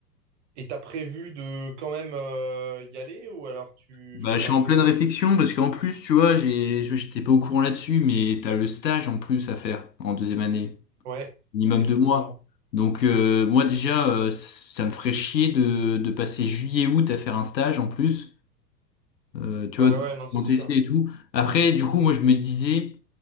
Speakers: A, on the right (about 45°); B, on the left (about 80°).
A: Et t'as prévu de quand même euh, y aller ou alors tu
B: bah
A: changes
B: je suis
A: un
B: en
A: peu
B: pleine
A: de...
B: réflexion, parce qu'en plus, tu vois, j'ai, je- j'étais pas au courant là-dessus, mais t'as le stage en plus à faire en deuxième année,
A: Ouais,
B: minimum
A: effectivement.
B: deux mois. Donc euh, moi déjà, euh, ça me ferait chier de, de passer juillet-août à faire un stage en plus. euh, tu
A: Ouais,
B: vois,
A: ouais,
B: de
A: non, c'est
B: mon
A: sûr.
B: TC et tout. Après, du coup, moi, je me disais,